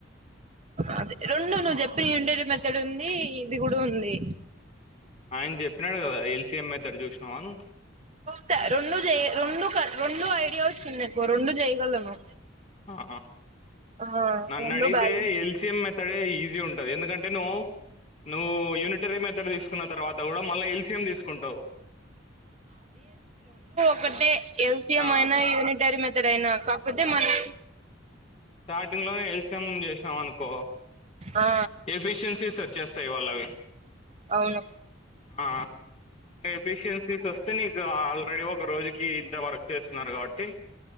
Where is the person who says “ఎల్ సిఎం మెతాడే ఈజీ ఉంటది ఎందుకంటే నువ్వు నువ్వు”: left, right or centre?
Left